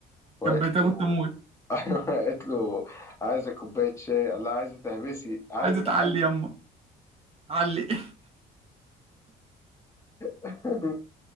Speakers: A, on the left (about 15°); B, on the right (about 35°).
A: وقالت
B: كانت بتاخد
A: له
B: تمويل
A: ايوه قالت له عايزه كوبايه شاي قال لها عايزه تهبسي عايزه
B: عايزه
A: تعلي
B: تعلي يما علي <laughs>
A: <laughs>